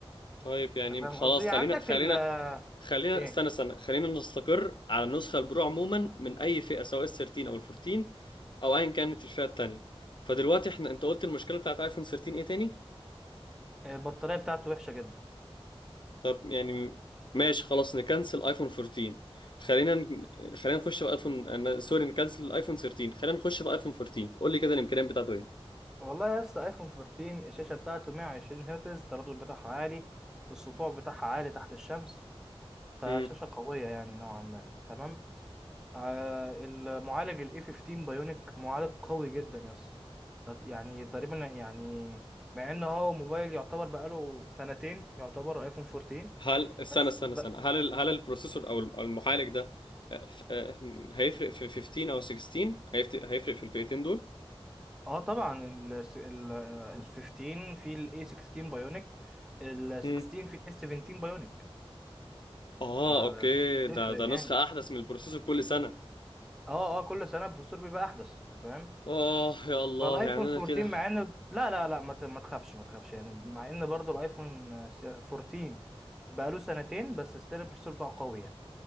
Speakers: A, on the left (about 50°); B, in the centre.
A: طيب يعني
B: انت فاهم
A: خلاص
B: قصدي
A: خلينا
B: عندك
A: خلينا
B: ال آه،
A: خلينا
B: ايه
A: استنى استنى خلينا نستقر على النسخة البرو عموما من أي فئة سواء ال 13 أو ال 14 أو أيا كانت الفئة التانية فدلوقتي احنا أنت قلت المشكلة بتاعت أيفون 13 إيه تاني؟
B: البطاريه بتاعته وحشه جدا
A: طب يعني ماشي خلاص نكنسل أيفون 14 خلينا ن... خلينا نخش في أيفون أنا... سوري نكنسل أيفون 13 خلينا نخش في أيفون 14 قول لي كده الإمكانيات بتاعته
B: والله يا اسطى ايفون 14 الشاشه بتاعته 120 هرتز التردد بتاعها عالي السطوع بتاعها عالي تحت الشمس فشاشه
A: إيه؟
B: قويه يعني نوعا ما تمام آه المعالج الاي 15 بايونيك معالج قوي جدا يا اسطى يط- يعني تقريبا يعني مع ان هو موبايل يعتبر بقاله سنتين يعتبر ايفون 14
A: هل استنى
B: بس
A: استنى
B: ب...
A: استنى هل ال- هل البروسيسور او ال- أو المعالج ده آه، ف- آه، هيفرق في 15 او 16 هيفت- هيفرق في الفئتين دول
B: اه طبعا ال ال ال 15 في الاي 16 بايونيك ال
A: مم.
B: 16 في الاس 17 بايونيك
A: اه
B: فتفرق
A: اوكي ده ده
B: يعني
A: نسخة احدث من البروسيسور كل سنة
B: اه اه كل سنه البروسيسور بيبقى احدث انت فاهم
A: اه يا الله
B: فالايفون
A: يعني انا
B: 14
A: كده
B: مع ان لا لا لا ما ت- ما تخافش ما تخافش يعني مع ان برضو الايفون آه، س- 14 بقاله سنتين بس ستيل البروسيسور بتاعه قوي يعني